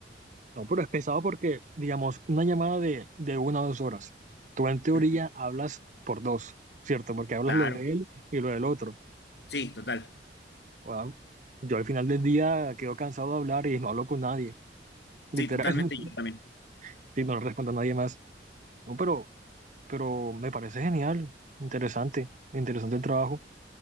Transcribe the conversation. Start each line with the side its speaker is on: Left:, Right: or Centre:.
Right: no, pero es pesado porque, digamos, una llamada de, de una o dos horas. Tú en teoría
Left: Ujú.
Right: hablas por dos, ¿cierto? Porque hablas
Left: Claro,
Right: lo de él y lo del otro.
Left: sí, total.
Right: Wao. Yo al final del día quedo cansado de hablar y no hablo con nadie, literal,
Left: Sí, totalmente,
Right: <laughs>
Left: yo también.
Right: si no le respondo a nadie más. No, pero pero me parece genial, interesante, interesante el trabajo.